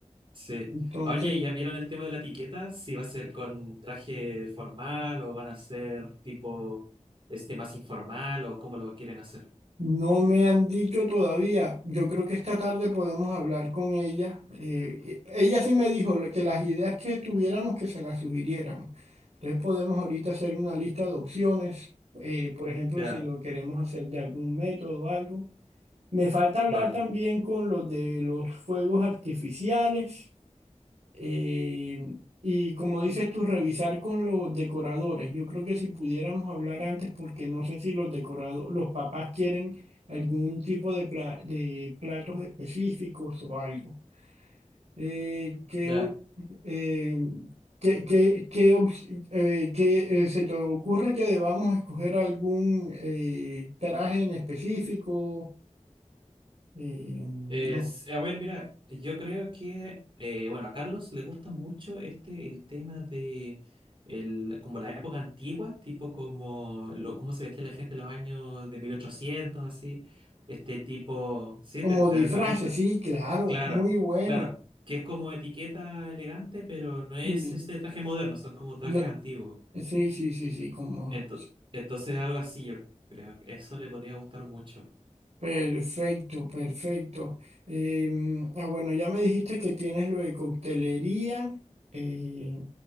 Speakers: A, on the right (about 45°); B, on the right (about 65°).
A: Sí.
B: Entonces,
A: Oye, ¿ya vieron el tema de la etiqueta? Si va a ser con traje formal o van a ser tipo este más informal o cómo lo quieren hacer.
B: no me han dicho todavía. Yo creo que esta tarde podemos hablar con ella. Eh, e, ella sí me dijo lo- que las ideas que tuviéramos, que se las sugiriéramos. Entonces podemos ahorita hacer una lista de opciones. eh, por ejemplo,
A: Ya,
B: si lo queremos hacer de algún método o algo. Me falta hablar
A: vale.
B: también con los de los fuegos artificiales. Eh, y como dices tú, revisar con los decoradores. Yo creo que si pudiéramos hablar antes, porque no sé si los decorado- los papás quieren algún tipo de, pla- de platos específicos o algo. Eh, ¿qué,
A: Ya.
B: o- eh, qué, qué- qué ops- eh, qué, eh, se te ocurre que debamos escoger algún eh, traje en específico? Eh, no.
A: Es- a ver, mira, yo creo que, eh, bueno, a Carlos le gusta mucho este, el tema de, el, como la época antigua, tipo como, lo, cómo se vestía la gente en los años de 1800 así, este tipo, ¿sí?
B: Como
A: ¿Te, te
B: disfraces,
A: lo has visto?
B: sí, claro,
A: Claro,
B: muy bueno.
A: claro, que es como etiqueta elegante, pero no es
B: Sí.
A: este traje moderno, son como trajes
B: No,
A: antiguos.
B: Sí, sí, sí, sí, como...
A: Ento- entonces algo así, yo creo, eso le podría gustar mucho.
B: Perfecto, perfecto. Em, ah, bueno, ya me dijiste que tienes lo de coctelería. eh,